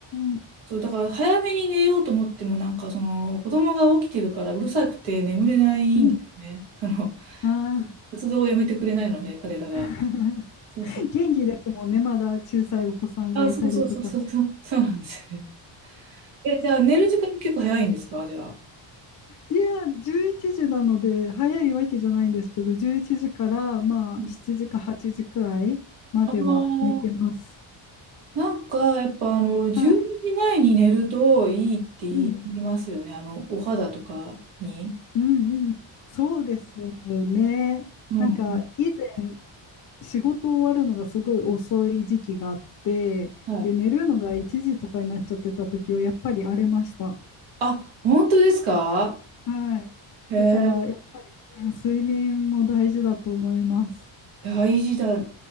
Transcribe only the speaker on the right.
そう、だから早めに寝ようと思っても、なんかその子供が起きてるからうるさくて眠れないんですね。
<laughs> その
活動をやめてくれないので、彼らが。
そうそう。
あ、そうそうそうそうそう、<laughs> そうなんですよね。え、じゃあ寝る時間結構早いんですかじゃあ。
うん
あのーなんかやっぱあの12時前にじまえに寝るといいって言いますよね。
あのお肌とかに。
うんうん。
はい。
あ、本当ですか
へえ、
大事だ。